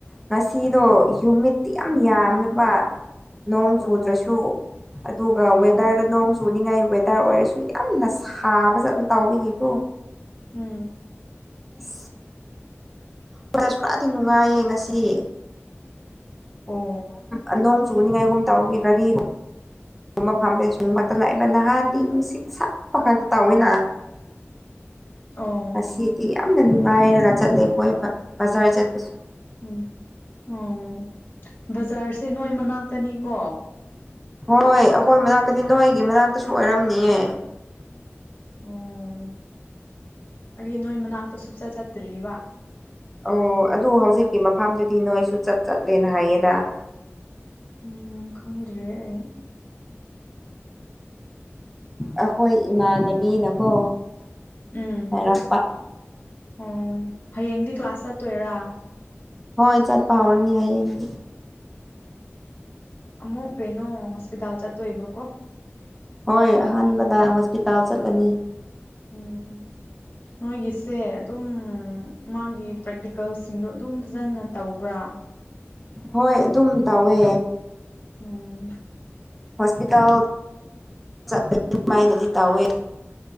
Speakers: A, in the centre; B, on the left.
A: ꯉꯁꯤꯗꯣ ꯍꯌꯨꯃꯤꯠꯇꯤ ꯌꯥꯝ
B: ꯎꯝ
A: ꯌꯥꯝꯃꯦꯕ ꯅꯣꯡ
B: ꯑꯣ
A: ꯆꯨꯗ꯭ꯔꯁꯨ ꯑꯗꯨꯒ
B: ꯑꯣ
A: ꯋꯦꯗꯔꯗ ꯅꯣꯡ ꯆꯨꯅꯤꯡꯉꯥꯏ ꯋꯦꯗꯔ ꯑꯣꯏꯔꯁꯨ ꯌꯥꯝꯅ ꯁꯥꯕꯖꯥꯠ ꯇꯧꯕꯒꯤꯀꯣ
B: ꯎꯝ
A: <unintelligible> <unintelligible> ꯈꯔꯗꯤ ꯅꯨꯡꯉꯥꯏꯌꯦ ꯉꯁꯤ
B: ꯑꯣ
A: ꯑ ꯅꯣꯡ ꯆꯨꯅꯤꯡꯉꯥꯏꯒꯨꯝ ꯇꯧꯕꯒꯤ ꯒꯥꯔꯤꯒꯨꯝ <unintelligible> ꯅꯍꯥꯟꯗꯤ ꯅꯨꯡꯁꯤꯠ ꯁꯛꯄ ꯈꯛꯇ ꯇꯧꯋꯤꯅ
B: ꯑꯣ
A: ꯉꯁꯤꯗꯤ ꯌꯥꯝꯅ ꯅꯨꯡꯉꯥꯏꯔꯒ ꯆꯠꯂꯦ ꯀ‌ꯣꯏꯕ ꯕꯖꯥꯔ ꯆꯠꯄꯁꯨ
B: ꯎꯝ ꯑꯣ ꯕꯖꯥꯔꯁꯦ ꯅꯣꯏ ꯃꯅꯥꯛꯇꯅꯤꯀꯣ
A: ꯍꯣꯏ ꯑꯩꯈꯣꯏ ꯃꯅꯥꯛꯇꯅꯤ ꯅꯣꯏꯒꯤ ꯃꯅꯥꯛꯇꯁꯨ ꯑꯣꯏꯔꯝꯅꯤꯌꯦ
B: ꯑꯣ ꯑꯩꯗꯤ ꯅꯣꯏ ꯃꯅꯥꯛꯇ ꯁꯨꯡꯆꯠ ꯆꯠꯇ꯭ꯔꯤꯑꯦꯕ
A: ꯑꯣ ꯑꯗꯨ ꯍꯧꯖꯤꯛꯀꯤ ꯃꯐꯝꯗꯨꯗꯤ ꯅꯣꯏꯁꯨ ꯆꯠ ꯆꯠꯂꯦꯅ ꯍꯥꯏꯌꯦꯗ
B: ꯎꯝ ꯈꯪꯗ꯭ꯔꯦ ꯑꯩ
A: ꯑꯩꯈꯣꯏ ꯏꯃꯥꯟꯅꯕꯤꯅꯀꯣ
B: ꯎꯝ
A: ꯍꯥꯏꯔꯛꯄ
B: ꯑꯣ ꯍꯌꯦꯡꯗꯤ ꯀ꯭ꯂꯥꯁ ꯆꯠꯇꯣꯏꯔꯥ
A: ꯍꯣꯏ ꯆꯠꯄ ꯍꯧꯔꯅꯤ ꯍꯌ‌ꯦꯡꯗꯤ
B: ꯑꯃꯨꯛ ꯀꯩꯅꯣ ꯍꯣꯁꯄꯤꯇꯥꯜ ꯆꯠꯇꯣꯏꯕꯀꯣ
A: ꯍꯣꯏ ꯑꯍꯥꯟꯕꯗ ꯍꯣꯁꯄꯤꯇꯥꯜ ꯆꯠꯂꯅꯤ
B: ꯎꯝ ꯅꯣꯏꯒꯤꯁꯦ ꯑꯗꯨꯝ ꯃꯥꯒꯤ ꯄ꯭ꯔꯦꯛꯇꯤꯀꯦꯜꯁꯤꯡꯗꯣ ꯑꯗꯨꯝ ꯐꯖꯅ ꯇꯧꯕ꯭ꯔꯥ
A: ꯍꯣꯏ ꯑꯗꯨꯝ ꯇꯧꯋꯦ
B: ꯎꯝ
A: ꯍꯣꯁꯄꯤꯇꯥꯜ ꯆꯠ ꯑꯗꯨꯃꯥꯏꯅꯗꯤ ꯇꯧꯋꯦ